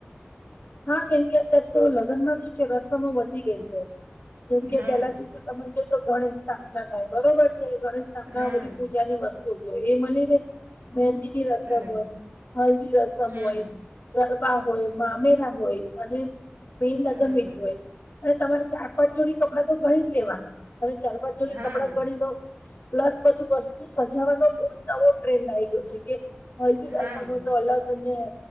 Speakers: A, on the left; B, on the right.
A: હા કેમ કે અત્યારે તો લગ્નમાં શું છે રસમો વધી ગઈ છે જેમ કે
B: હા
A: પેલા દિવસે તમે જોજો ગણેશ સ્થાપના થાય બરોબર છે ગણેશ સ્થાપના
B: હા
A: બધી પો બીજાની વસ્તુ જો એ મળીનેે મેદી ની રસમ
B: બરાબર
A: હોય હલ્દી રસમ
B: હમ
A: હોય ગરબા હોય મા અમેરા હોય અને બે લગ્ન
B: બરાબર
A: વિધી હોય. હ તમારે ચાર પાંચ જોડી કપડાં તો ગણી જ લેવાના તમે ચાર પાંચ જોડી
B: હા
A: કપડાં ગણી લો. પ્લસ બધું વસ્તુ સજાવાનો બહુ જ નવો ટ્રેન્ડ આવી ગયો છે કે હળદી
B: હા
A: રસમ હોય તો અલગ અને